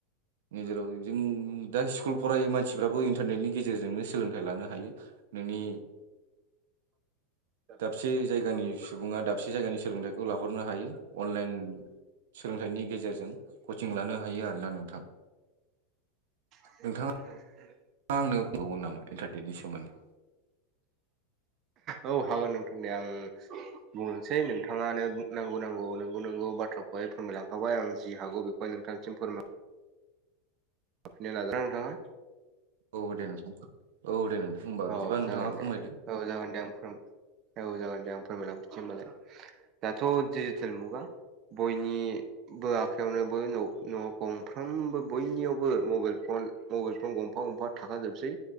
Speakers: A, on the right; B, on the right.
A: गेजेराव बिदिनो दा स्कुल फराययि मानसि सिफ्राबो इन्टारनेटनि गेजेरजोंनो सोलोंथाइ लानो हायो नोंनि
B: <inaudible>
A: दाबसे जायगानि सुबुङा दाबसे जायगानि सोलोंथाइखौ लाहरनो हायो अनलाइन सोलोंथाइनि गेजेरजों कचिं लानो हायो आरोना नोंथां
B: <unintelligible>
A: नोंथाङा <unintelligible> नामा इन्टारटेननि सोमोन्दै
B: औ हागोन नोंथां दे आं बुंनोसै नोंथाङानो नांगौ नांगौ नोंगौ नंगौ बाथ्राखौहाय फोरमायलांखाबाय आं जि हागौ बेखौ नोंथांसिम फोरमाय <unintelligible> नाजा नोंथाङा
A: औ दे नोंथां औ दे नोंथां होनबा
B: अ
A: बिदिबा
B: जागोन
A: नोंथाङा
B: दे
A: फोरमायदो
B: औ जागोन दे आं फोर औ जागोन दे आं फोरमायलांफिनोसै होनबालाय दाथ' जि सोलोंथाय मुगा बयनिबो आखायावनोबो न न गंफ्रोमबो बयनियावबो बो मबाइल फन मबाइल फन गंफा गंफा थाखाजोबसै